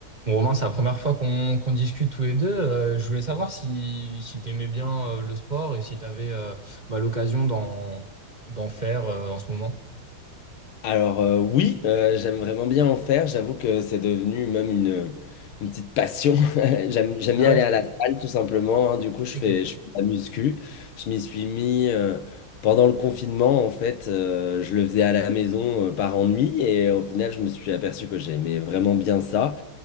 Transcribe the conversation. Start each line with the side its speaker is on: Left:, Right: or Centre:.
Right: Bon, Romain, c'est la première fois qu'on qu'on discute tous les deux. Euh, je voulais savoir si, si tu aimais bien euh, le sport et si tu avais l'occasion d'en d'en faire euh, en ce moment.
Left: Alors euh, oui, euh, j'aime vraiment bien en faire. J'avoue que c'est devenu même une, une petite passion. <laughs> J'aime, j'aime
Right: Ah
Left: bien
Right: ouais,
Left: aller à la salle tout simplement. hein. Du coup, je
Right: ok.
Left: fais, je fais de la muscu. Je m'y suis mis euh, pendant le confinement. En fait, euh, je le faisais à la maison euh, par ennui. Et au final, je me suis aperçu que j'aimais vraiment bien ça.